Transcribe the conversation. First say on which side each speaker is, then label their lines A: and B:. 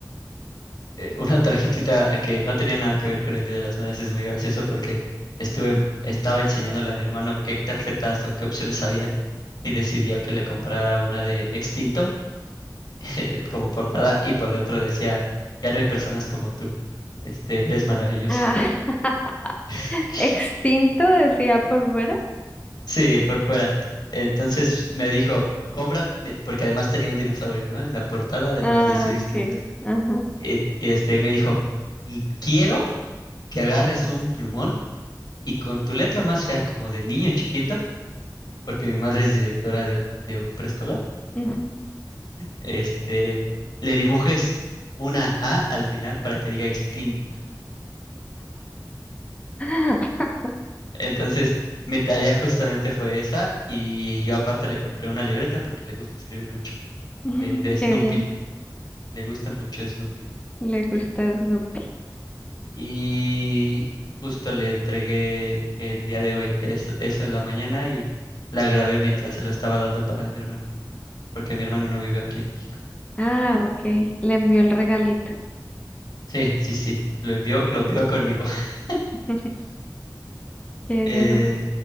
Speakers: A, on the left; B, on the left.
A: eh, una tarjetita que no tenía nada que ver con el Día de las Madres. Es muy gracioso porque estuve, estaba enseñándole a mi hermano qué tarjetas o qué opciones habían y decidió que le comprara una de Extinto <laughs> como portada y por dentro decía, ya no hay personas como tú. Este, eres maravilloso.
B: Ah, <laughs>
A: <laughs>
B: extinto decía por fuera.
A: Sí, por fuera. Entonces me dijo, compra, eh, porque además tenía un dinosaurio, ¿no? En la portada, además
B: Ah,
A: de decir Extinto.
B: ok. Ajá.
A: Y, y este me dijo, "L- quiero que agarres un plumón Y con tu letra más fea, como de niño chiquito, porque mi madre es directora de un, de un preescolar,
B: ujú.
A: este, le dibujes una A al final para que diga extinta.
B: <laughs>
A: Entonces, mi tarea justamente fue esa, y yo aparte le compré una libreta porque le gusta escribir mucho,
B: Mm,
A: eh, de
B: qué
A: Snoopy,
B: bien.
A: le gusta mucho Snoopy.
B: Le gusta Snoopy.
A: Y justo le entregué el día de hoy, es- eso en la mañana, y la grabé mientras se lo estaba dando para mi hermano, porque mi hermano no vive aquí en México.
B: Ah, ok. Le envió el regalito.
A: Sí, sí, sí, lo envió, lo envió conmigo. <laughs>
B: <laughs> Qué bien.
A: Eh,